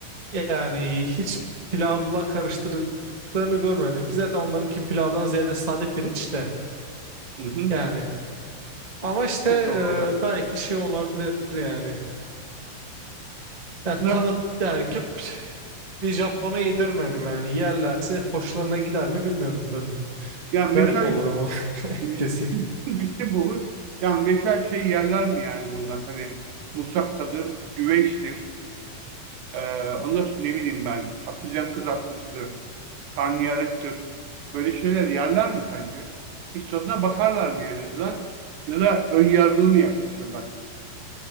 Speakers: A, on the right; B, on the right.
A: yani hiç pilavla karıştırdıklarını görmedim ki zaten onlarınki pilavdan ziyade sade pirinç de
B: Hı hı.
A: yani. Ama işte
B: Evet doğru onlar.
A: e, belki şey olabilir yani. Ya
B: Ne?
A: tanıt yani gidip bir Japon'a yedirmedim yani yerlerse hoşlarına gider mi bilmiyorum tabii.
B: Ya meşal
A: Garip olur ama <laughs>
B: <laughs>
A: kesin.
B: gitti olur. Ya meşal şey yerler mi yani bunlar? Hani musakkadır, güveçtir. Ee, ondan sonra ne bileyim ben. Patlıcan kızartmasıdır. karnıyarıktır. Böyle şeyler yerler mi sence? Hiç tadına bakarlar mı yani en azından? Ya da ön yargılı mı yaklaşırlar?